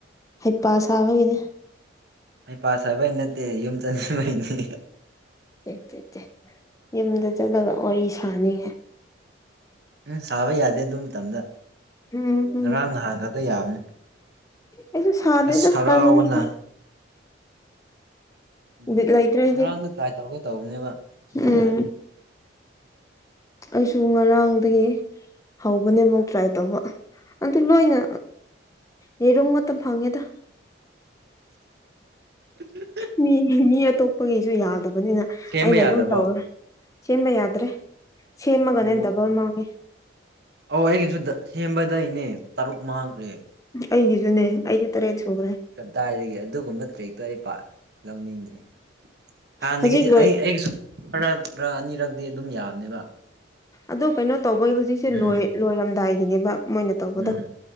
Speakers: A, on the left (about 15°); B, on the right (about 55°).
A: ꯍꯩꯄꯥ ꯁꯥꯕꯒꯤꯅꯦ
B: ꯑꯩ ꯄ ꯁꯥ ꯍꯥꯏꯕ ꯑꯩ ꯅꯠꯇꯦ ꯌꯨꯝ ꯆꯟꯅꯤꯡꯕꯩꯅꯤ
A: ꯇꯦꯛ ꯇꯦꯛ ꯇꯦꯛ ꯌꯨꯝꯗ ꯆꯠꯂꯒ ꯋꯥꯔꯤ ꯁꯥꯅꯤꯡꯉꯦ
B: ꯎꯝ ꯁꯥꯕ ꯌꯥꯗꯦ ꯑꯗꯨ ꯃꯇꯝꯗ
A: ꯎꯝ ꯎꯝ
B: ꯉꯔꯥꯡ ꯅꯍꯥꯟ ꯈꯛꯇ ꯌꯥꯕꯅꯤ
A: ꯑꯩꯁꯨ ꯁꯥꯗꯦꯗ
B: ꯑꯁ ꯍꯔꯥꯎꯕꯅ
A: ꯇꯉꯁ
B: ꯎꯝ
A: ꯕꯤꯠ ꯂꯩꯇ꯭ꯔꯦ ꯑꯩꯗꯤ
B: ꯉꯔꯥꯡꯗ ꯇ꯭ꯔꯥꯏ ꯇꯧꯒꯦ ꯇꯧꯕꯅꯦꯕ ꯑꯗꯨ
A: ꯎꯝ
B: ꯌꯥꯏ
A: ꯑꯩꯁꯨ ꯉꯔꯥꯡꯗꯒꯤ ꯍꯧꯕꯅꯦ ꯑꯃꯨꯛ ꯇ꯭ꯔꯥꯏ ꯇꯧꯕ ꯑꯗꯨ ꯂꯣꯏꯅ ꯌꯦꯔꯨꯝ ꯉ ꯐꯪꯉꯦꯗ
B: ꯏꯆ
A: ꯃꯤ ꯃꯤ ꯑꯇꯣꯞꯄꯒꯤꯁꯨ ꯌꯥꯗꯕꯅꯤꯅ
B: ꯁꯦꯝꯕ
A: ꯑꯩꯅ
B: ꯌꯥꯗ꯭ꯔꯕꯣ
A: ꯑꯗꯨꯝ ꯇꯧꯔ ꯁꯦꯝꯃ ꯌꯥꯗ꯭ꯔꯦ ꯁꯦꯝꯃꯒꯅꯦꯟ
B: ꯑꯣ
A: ꯗꯕꯎꯜ ꯃꯥꯅꯤ
B: ꯑꯧ ꯑꯩꯒꯤꯁꯨ ꯁꯦꯝꯕꯗꯅꯦ ꯇꯔꯨꯛ ꯃꯥꯡꯈ꯭ꯔꯦ
A: ꯑꯩꯒꯤꯁꯨꯅꯦ ꯑꯩꯒꯤ ꯇꯔꯦꯠ ꯁꯨꯈꯦ
B: ꯀꯗꯥꯏꯗꯒꯤ ꯑꯗꯨꯒꯨꯝꯕ ꯇ꯭ꯔꯦꯛꯇ ꯑꯩ ꯄꯥ ꯂꯧꯅꯤꯡꯗꯦ ꯍꯥꯟꯅꯒꯤꯗꯤ
A: ꯍꯧꯖꯤꯛ ꯂꯣꯏ
B: ꯑꯩ ꯑꯩꯒꯤꯁꯨ ꯃꯔ ꯑꯅꯤꯔꯛꯇꯤ ꯑꯗꯨꯝ ꯌꯥꯕꯅꯦꯕ
A: ꯑꯗꯣ ꯀꯩꯅꯣ ꯇꯧꯕꯩ ꯍꯧꯖꯤꯛꯁꯦ
B: ꯎꯝ
A: ꯂꯣꯏ ꯂꯣꯏꯔꯝꯗꯥꯏꯒꯤꯅꯦꯕ ꯃꯣꯏꯅ ꯇꯧꯕꯗꯣ
B: ꯎꯝ